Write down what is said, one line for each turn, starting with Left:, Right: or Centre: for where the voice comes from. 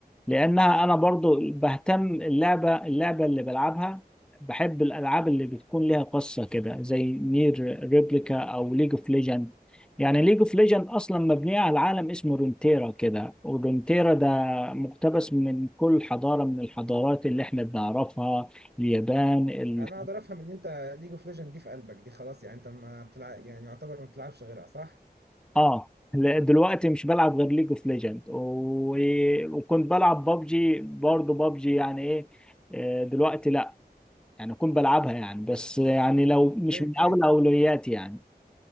Centre: لانها انا برضو بهتم اللعبة اللعبة اللي بلعبها بحب الالعاب اللي بتكون ليها قصة كده زي نير ريبليكا او ليج اوف ليجند يعني ليج اوف ليجند اصلا مبنيه على عالم اسمه رونتيرا كده ورونتيرا ده مقتبس من كل حضارة من الحضارات اللي احنا بنعرفها اليابان ال...
Right: انا اقدر افهم ان انت ليج اوف ليجند دي في قلبك دي خلاص يعني انت ما بتلعب يعني يعتبر ما بتلعبش غيرها صح
Centre: اه لا، دلوقتي مش بلعب غير ليج اوف ليجند و... وكنت بلعب بابجي برضه بابجي يعني ايه آه، دلوقتي لا يعني كنت بلعبها يعني بس يعني لو مش
Right: طيب
Centre: من
Right: حلو
Centre: اول اولوياتي يعني